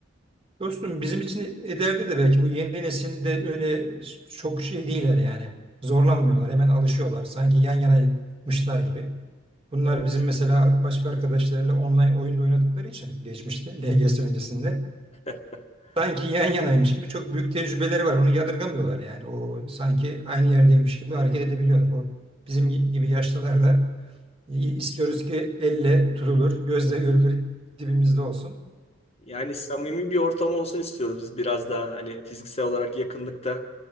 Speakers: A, on the right; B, on the left.
A: Dostum bizim için ileride de belki bu yeni nesilde öyle çok şey değiller yani. Zorlanmıyorlar, hemen alışıyorlar. Sanki yan yanaymışlar gibi. Bunlar
B: Evet.
A: bizim mesela başka arkadaşlarıyla online oyunda oynadıkları için geçmişte <laughs> LGS öncesinde
B: <laughs>
A: sanki yan yanaymış gibi çok büyük tecrübeleri var. Onu yadırgamıyorlar yani. O sanki aynı yerdeymiş gibi hareket edebiliyorlar. O bizim gibi yaşlılarda istiyoruz ki elle tutulur, gözle görülür dibimizde olsun.
B: Yani samimi bir ortam olsun istiyoruz biz biraz daha hani fiziksel olarak yakınlıkta